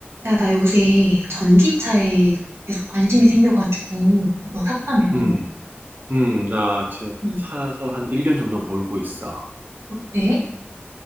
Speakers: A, on the right; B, on the right.
A: 야, 나 요새 전기차에 계속 관심이 생겨가지고 이거 샀다며.
B: 음, 음, 나 지금
A: 응.
B: 사서 한 1년 정도 몰고 있어.
A: 어때?